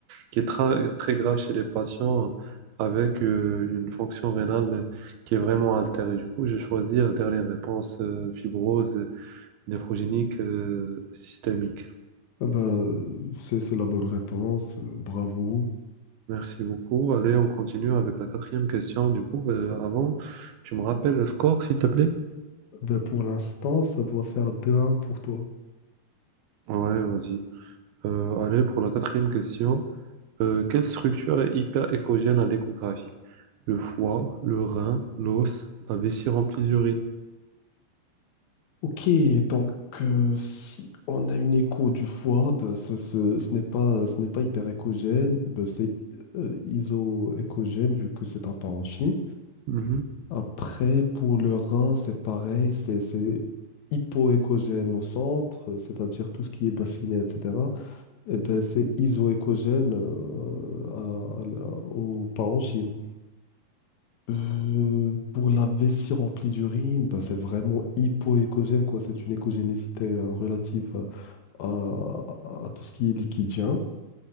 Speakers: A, on the right; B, on the left.
A: qui est tra- très grave chez les patients avec euh, une fonction rénale euh, qui est vraiment altérée. Du coup, je choisis la dernière réponse, euh, fibrose néphrogénique euh, systémique.
B: Ah bah, c'est c'est la bonne réponse, euh, bravo.
A: Merci beaucoup. Allez, on continue avec la quatrième question. Du coup, euh, avant, tu me rappelles le score, s'il te plaît?
B: Ben, pour l'instant, ça doit faire deux 1 pour toi.
A: Ouais, vas-y. Euh, allez, pour la quatrième question. Euh, quelle structure est hyper écogène à l'échographie? Le foie, le rein, l'os, la vessie remplie d'urine.
B: Ok, donc euh, si on a une écho du foie, ben, ce, ce- ce n'est pas, ce n'est pas hyperéchogène, ben, c'est euh, isoéchogène vu que c'est un parenchyme.
A: Mhm,
B: Après, pour le rein, c'est pareil, c'est c'est hypoéchogène au centre, euh, c'est-à-dire tout ce qui est bassinet, etc. Et ben, c'est isoéchogène euh, à- à la- au parenchyme. Euh, pour la vessie remplie d'urine, bah, c'est vraiment hypoécogène, quoi. C'est une écogénécité euh, relative à, à- à tout ce qui est liquidien.